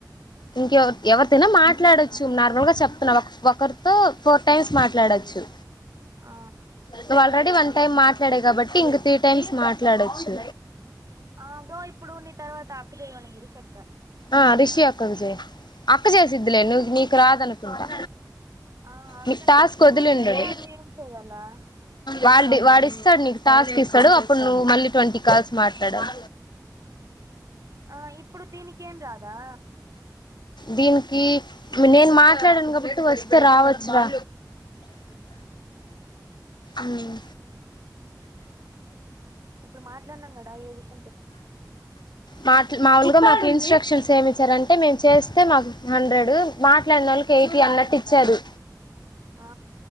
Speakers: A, on the left; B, on the right.
A: ఇంకెవ ఎవరి తైనా మాట్లాడొచ్చు నార్మల్ గా చెప్తున్నా ఒకరితో ఫోర్ టైమ్స్ మాట్లాడ చ్చు
B: ఆ
A: నువ్వు ఆల్రెడీ వన్ టైమ్ మాట్లాడవ్ కాబట్టి ఇంక త్రీ టైమ్స్ మాట్లాడచ్చు
B: అదో ఇప్పుడు నీ తర్వాత అక్కదేయమనింది రిషక్క
A: ఆ రిషి అక్కకు చే అక్క చేసిద్లే
B: ఇప్పుడు
A: నువ్ నీకు రాదనుకుంటా
B: ఆ అక్కనే
A: మీ టాస్
B: ఇప్పుడు
A: వదిలిండడు
B: దీని తర్వాత ఏం చేయాలా
A: వాడి వాడి ఇస్తాడు నీకు టాస్క్ ఇస్తాడు అప్పుడు నువ్వు మళ్ళీ ట్వంటీ కాల్స్ మాట్లాడల
B: ఆ ఇప్పుడు దీనికేం రాదా
A: దీనికి నేను మాట్లాడాను కాబట్టి వస్తే రావచ్చు రా ఉమ్మ్
B: ఇప్పుడు మాట్లాడినాం కడ ఏ విషయ
A: మాట్ల మాములుగా మాకు ఇన్స్ట్రక్షన్స్ ఏమి ఇచ్చారంటే మేము చేస్తే మాకు హండ్రెడ్ మాట్లాడిన వాళ్ళకి ఎయిటీ అన్నట్టు ఇచ్చారు
B: ఆ